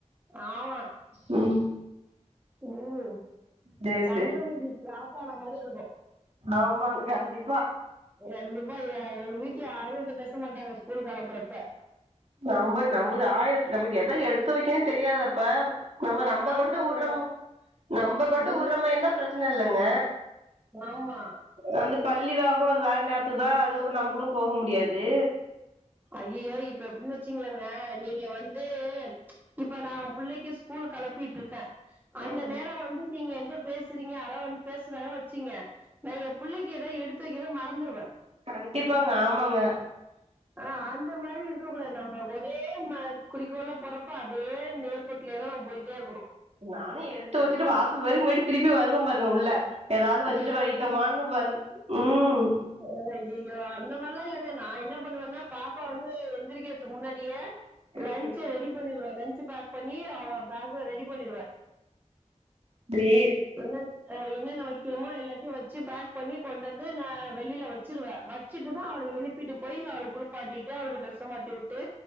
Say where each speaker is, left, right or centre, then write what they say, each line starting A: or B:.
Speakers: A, on the right (about 15°); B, on the right (about 60°).
A: ஆமா
B: ம்
A: ம்
B: சரி
A: சந்திரமுகி கிராசான மாரி இருக்கு
B: ஆமாங் கண்டிப்பா
A: கண்டிப்பா எ எங்க வீட்ல யாரு உன்ட்ட பேச மாட்டாங்க ஸ்கூல் கெளப்புறப்ப
B: நம்ப நம்முளு ஆய்ட் நமக்கு எத எடுத்து வக்கனு தெரியாதாப்பா நம்ம நம்ப
A: ஆமாங்க
B: கொண்டு உட்றமு நம்ப கொண்டு
A: ஓ
B: உட்ற மாய்ந்தா பிரச்சன இல்லங்க
A: ஆமா
B: வந்து பள்ளி வாகனோ அது வர நேரத்துக்கு தா அதுக்கப்பறோ நம்புளு போக முடியாது
A: ஐய்யோ இப்ப எப்டின் வச்சுங்ளங்க நீங்க வந் து இப்ப நா ஒ புள்ளைக்கி ஸ்கூல் கெளப்பிட்ருக்கே அந்த
B: ம்
A: நேரோ வந்து நீங்க என்ட்டப் பேசுறீங்க யாரோ வந்து பேசுறாங்கன் வச்சீங்க நா எ புள்ளைக்கு ஏதோ எடுத்து வைக்கறத மறந்துடுவே
B: கண்டிப்பாங்க ஆமாங்க
A: ஆ அந்த மாரி இருக்க கூடாது நம்ப ஒரே ம குறிக்கோளா போறப்ப அதே நே கோட்லே தா நம்ம போயிட்டே இருக்கனு
B: நானு எடுத்து வச்சிட்டு வாசல் வரயு போய்ட்டு திருப்பி வருவ பாருங்க உள்ள ஏதாது வச்சிட்டு
A: உங்க ஏதாவது
B: பொயிட்டாமானு வரு ம்
A: அ ஐய்யயோ அந்த மாரிலா இல்லங்க நா என்ன பண்ணுவேனா பாப்பா வந்து எந்திரிக்கர்த்துக் முன்னாடியே லஞ்ச
B: ம்
A: ரெடி பண்ணிடுவே லன்ஞ்சு பேக் பண்ணி அவ பேக்ல ரெடி பண்ணிடுவ
B: டிரீ
A: என்னன் அ என்னென்ன வைக்கினமோ எல்லாத்தையு வச்சி பேக் பண்ணி கொண்டு வந்து நா வெளியில வெச்சிருவே வச்சிட்டு தா அவள எழுப் பிட்டு போயி அவளுக் குளுப்பாட்டிட்டு அவளுக்கு டிரெஸ்ஸ மாத்தி வுட்டு